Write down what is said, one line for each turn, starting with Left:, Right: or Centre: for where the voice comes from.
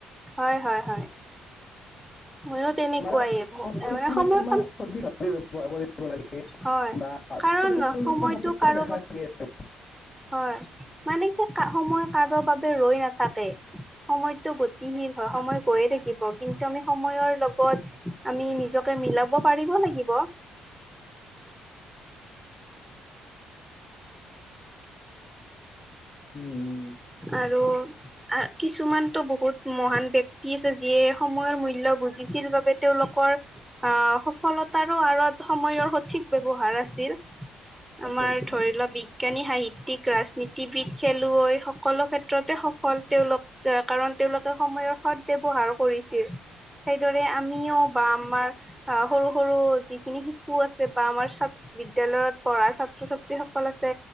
Centre: হয় হয় হয়। ময়ো তেনেকুৱাই
Left: মানে সময়খিনি
Centre: মানে
Left: তোমাৰ
Centre: সময় কাম
Left: সঠিকভাৱে ব্যৱহাৰ কৰি কৰিব লাগে
Centre: হয়
Left: বা
Centre: কাৰণ
Left: চব
Centre: সময়টো
Left: সফলতা
Centre: কাৰো
Left: দেখা দিয়ে আৰু।
Centre: হয় মানে কি সময় কাৰো বাবে ৰৈ নাথাকে। সময়টো গতিশীল হয়, সময় গৈয়ে থাকিব কিন্তু আমি সময়ৰ লগত আমি নিজকে মিলাব পাৰিব লাগিব।
Left: উম উ।
Centre: আৰু কিছুমানতো বহুত মহান ব্যক্তি আছে যিয়ে সময়ৰ মূল্য বুজিছিল বাবে তেওঁলোকৰ আহ সফলতাৰো আঁৰত সময়ৰ স- ঠিক ব্যৱহাৰ আছিল আমাৰ
Left: আছে আছে।
Centre: ধৰি লোৱা বি- বিজ্ঞানী, সাহিত্যিক, ৰাজনীতিবিদ, খেলুৱৈ সকলো ক্ষেত্ৰতে সফল তেওঁলোক আহ কাৰণ তেওঁলোকে সময়ৰ সদ ব্যৱহাৰ কৰিছিল। সেইদৰে আমিও বা আমাৰ সৰু সৰু যিখিনি শিক সু আছে বা আমাৰ বিদ্যালয়ত পঢ়া ছাত্ৰ-ছাত্ৰীসকল আছে।